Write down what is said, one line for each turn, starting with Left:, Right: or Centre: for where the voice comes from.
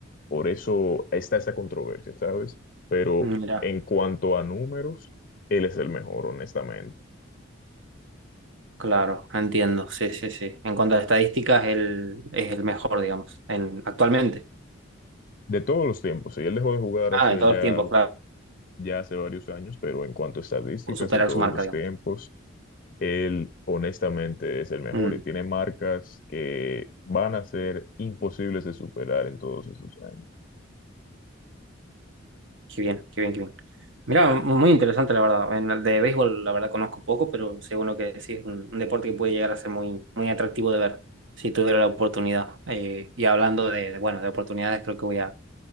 Left: Por eso está esa controversia, ¿sabes? Pero
Right: Mira,
Left: en cuanto a números, él es el mejor, honestamente.
Right: claro, entiendo, sí, sí, sí. En cuanto a estadísticas, él es el mejor, digamos, en, actualmente.
Left: De todos los tiempos, sí, él dejó de jugar
Right: Ah,
Left: hace
Right: de todos
Left: ya
Right: los tiempos, claro,
Left: ya hace varios años, pero en cuanto a estadísticas
Right: o superar
Left: de todos
Right: su marca,
Left: los
Right: digamos.
Left: tiempos, él honestamente es el mejor
Right: Mm.
Left: y tiene marcas que van a ser imposibles de superar en todos esos años.
Right: Qué bien, qué bien, qué bien. Mira, muy interesante la verdad. En el de béisbol la verdad conozco poco, pero según lo que decís, es un, un deporte que puede llegar a ser muy, muy atractivo de ver, si tuviera la oportunidad. Eh, y hablando de, de, bueno, de oportunidades, creo que voy a,